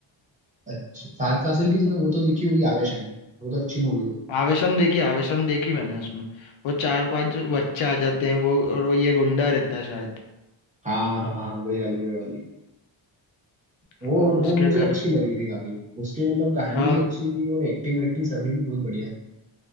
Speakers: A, on the right; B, on the left.
A: अच्छा फहद फासिल की तूने वो तो देखी होगी आवेशन वो तो अच्छी मूवी है
B: आवेशम देखी आवेशम देखी मैंने उसमें वो चार पांच जो बच्चे आ जाते हैं वो और वो ये गुंडा रहता है शायद
A: हाँ हाँ हाँ वही वाली वही वाली वो
B: और
A: वो
B: उसके
A: मुझे
B: घर
A: अच्छी लगी थी काफी उसकी मतलब कहानी
B: हाँ
A: भी अच्छी थी और एक्टिंग वेक्टिंग सभी भी बहुत बढ़िया